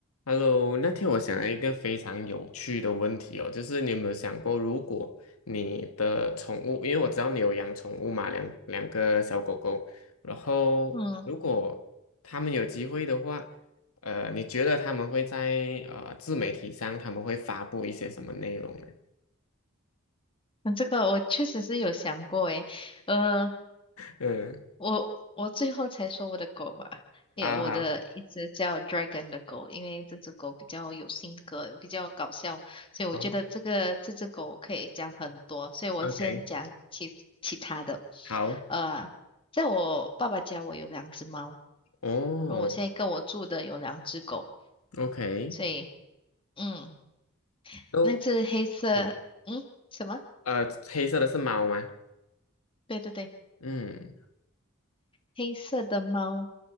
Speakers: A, on the left; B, on the left.
A: Hello，那天我想了一个非常有趣的问题哦，就是你有没有想过，如果你的宠物，因为我知道你有养宠物嘛，两两个小狗狗，然后如果他们有机会的话，
B: 嗯，
A: 呃，你觉得他们会在呃自媒体上他们会发布一些什么内容呢？
B: 嗯这个我确实是有想过诶，呃，
A: <laughs> 嗯，
B: 我我最后才说我的狗吧，也我的一只叫
A: 啊好，
B: Dragon 的狗，因为这只狗比较有性格，比较搞笑，所以我觉得这个这只狗可以讲很多，
A: 哦
B: 所以我先讲其其他的，
A: ，OK，好，
B: 呃，在我爸爸家我有两只猫，
A: 哦
B: 然后我现在跟我住的有两只狗，
A: ，OK，
B: 所以嗯，
A: 都，
B: 那只黑色，
A: 嗯
B: 嗯，什么？
A: 呃，黑色的是猫吗？
B: 对对对，
A: 嗯。
B: 黑色的猫。